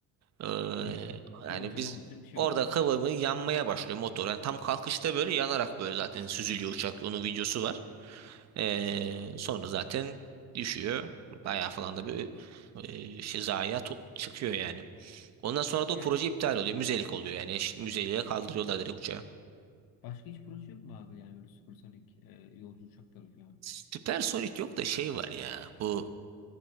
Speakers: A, on the right; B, on the left.
A: Ee,
B: Ha, kıvılcım
A: yani biz
B: mıvılcım bir şey
A: orada
B: oluyor yani.
A: kıvamı yanmaya başlıyor motor. Yani tam kalkışta böyle yanarak böyle zaten süzülüyor uçak. Onun videosu var. Ee, sonra zaten düşüyor. Bayağı falan da bir e, şey zayiat o- çıkıyor yani. Ondan sonra da o
B: Yani
A: proje iptal oluyor. Müzelik oluyor yani. Eş- Müzeliğe kaldırıyorlar direkt uçağı.
B: başka hiç proje yok mu abi yani böyle süpersonik e, yolcu uçakları falan?
A: Süpersonik yok da şey var ya. Bu